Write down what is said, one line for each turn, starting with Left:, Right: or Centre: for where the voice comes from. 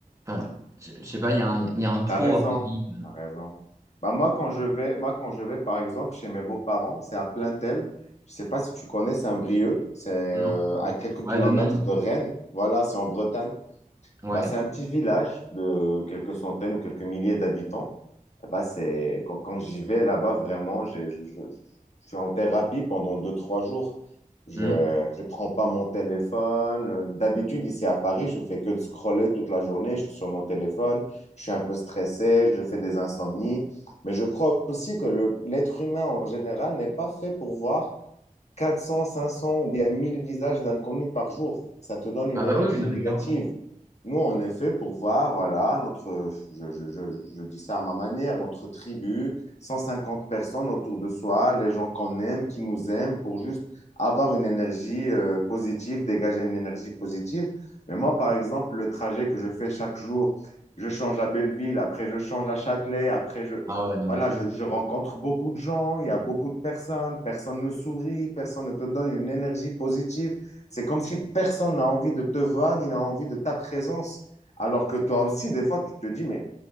Right: enfin, je je sais pas, il y a un, il y a un trop
Left: T'as raison,
Right: à Paris.
Left: t'as raison. Bah moi, quand je vais, moi, quand je vais, par exemple, chez mes beaux-parents, c'est à Plaintel. Je sais pas si tu connais Saint-Brieuc, c'est euh,
Right: Non.
Left: à quelques
Right: Ouais,
Left: kilomètres
Right: de non.
Left: de Rennes. Voilà, c'est en Bretagne.
Right: Ouais.
Left: Bah, c'est un petit village de quelques centaines ou quelques milliers d'habitants. Eh ben, c'est quand, quand j'y vais là-bas, vraiment, j'ai- je, je- je suis en thérapie pendant deux, trois jours. Je
Right: Hmm.
Left: ne prends pas mon téléphone. D'habitude, ici à Paris, je fais que de scroller toute la journée. Je suis sur mon téléphone. Je suis un peu stressé. Je fais des insomnies. Mais je crois aussi que le- l'être humain en général n'est pas fait pour voir quatre cents cinq cents ou bien 1000 visages d'inconnus par jour. Ça te donne une
Right: Ah
Left: énergie
Right: bah oui, non
Left: négative.
Right: mais clairement.
Left: Nous, on est fait pour voir, voilà, notre, je, je, je, je dis ça à ma manière, notre tribu, 150 personnes autour de soi, les gens qu'on aime, qui nous aiment, pour juste avoir une énergie euh, positive, dégager une énergie positive. Mais moi, par exemple, le trajet que je fais chaque jour, je change à Belleville, après je change à Châtelet, après je,
Right: Ah ouais, non mais
Left: voilà,
Right: ça.
Left: je,
Right: c'est-
Left: je rencontre beaucoup de gens, il y a beaucoup de personnes, personne ne sourit, personne ne te donne une énergie positive. C'est comme si personne n'a envie de te voir ni n'a envie de ta présence. Alors que toi aussi, des fois, tu te dis, mais